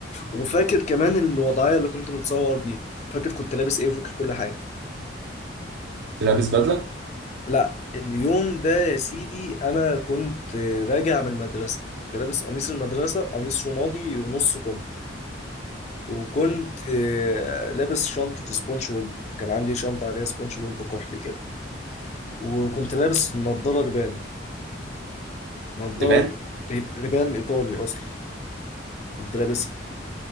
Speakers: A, on the left; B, on the right.
A: وفاكر كمان الوضعيه اللي كنت متصور بيها فاكر كنت لابس ايه وفاكر كل حاجه
B: انت لابس بدله
A: لا اليوم ده يا سيدي انا كنت راجع من المدرسه كنت لابس قميص المدرسه قميص رمادي ونص كم وكنت آه، لابس شنطة سبونج بوب كان عندي شنطة عليها سبونج بوب كحلي كده وكنت لابس نضارة ريبان نضارة
B: لبان
A: ريب- ريبان إيطالي أصلا كنت لابسها